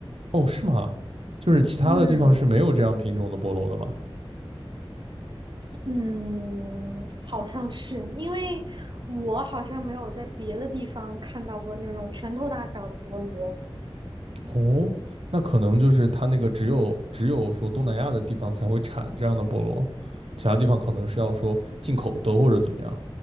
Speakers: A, on the right; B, on the right.
A: 哦，是吗？就是其他的地方是没有这样品种的菠萝的吗？
B: 嗯，嗯，好像是，因为我好像没有在别的地方看到过那种拳头大小的菠萝。
A: 哦，那可能就是它那个只有只有说东南亚的地方才会产这样的菠萝，其他地方可能是要说进口的或者怎么样